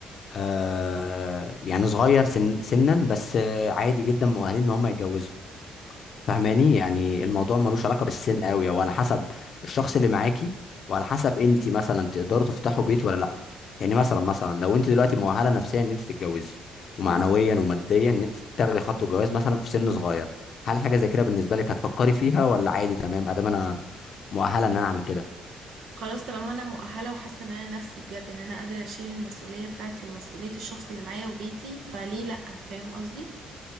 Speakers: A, on the left; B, on the right.
A: آه يعني صغير سن سنا بس آه عادي جدا مؤهلين ان هم يتجوزوا فاهماني يعني
B: أيوة،
A: الموضوع ملوش علاقه بالسن قوي هو على حسب الشخص اللي معاكي وعلى حسب انت مثلا تقدروا تفتحوا بيت ولا لا يعني مثلا مثلا لو انت دلوقتي مؤهله نفسيا ان انت تتجوزي ومعنويا
B: تمام
A: وماديا ان انت تاخدي خطوه جواز مثلا في سن صغير هل حاجه زي كده بالنسبه لك هتفكري فيها ولا عادي تمام ادام انا مؤهله ان انا اعمل كده
B: خلاص طالما انا مؤهله وحاسه ان انا نفسي بجد ان انا قادره اشيل المسؤوليه بتاعتي ومسؤوليه الشخص اللي معايا وبيتي فليه لا فاهم قصدي